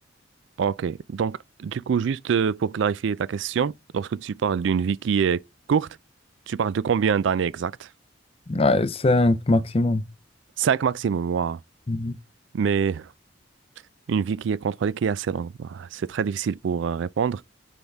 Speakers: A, on the right; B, on the left.
A: OK. Donc, du coup, juste euh, pour clarifier ta question, lorsque tu parles d'une vie qui est courte, tu parles de combien d'années exactes?
B: Ouais, cinq maximum.
A: Cinq maximum, wow.
B: Mhm.
A: Mais une vie qui est contrôlée, qui est assez longue, bah, c'est très difficile pour euh, répondre.